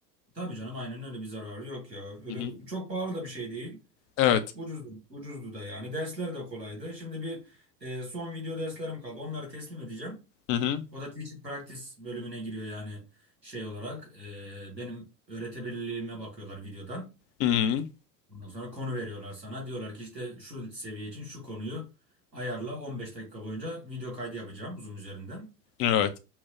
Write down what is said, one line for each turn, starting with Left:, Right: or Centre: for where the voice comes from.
Right: Tabii canım aynen öyle bir zararı yok ya. Öyle
Left: Hı hı.
Right: çok pahalı da bir şey değil.
Left: Evet.
Right: Ucuzdu, ucuzdu da yani. Dersler de kolaydı. Şimdi bir e, son video derslerim kaldı. Onları teslim edeceğim.
Left: Hı hı.
Right: O da Teaching Practice bölümüne giriyor yani şey olarak. E, benim öğretebilirliğime bakıyorlar videodan.
Left: Hı hı.
Right: Ondan sonra konu veriyorlar sana. Diyorlar ki işte şu seviye için şu konuyu ayarla. 15 dakika boyunca video kaydı yapacağım Zoom üzerinden.
Left: Evet.